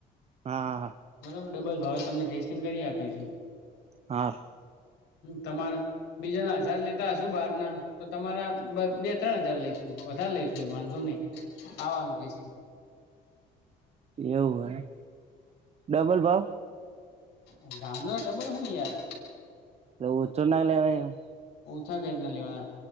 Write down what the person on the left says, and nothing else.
બરાબર ડબલ ભાવે તમને ટેસ્ટિંગ કરી આપીશું
હમ તમારા બીજાના હજાર લેતા હશું બહારના તો તમારા બે ત્રણ હજાર લઈશું વધારે લઈશું એ વાંધો નહીં. આવવાનું જ <inaudible>
હ ગામડા ડબલ હો યાર.
ઓછા કરી ના લેવા ના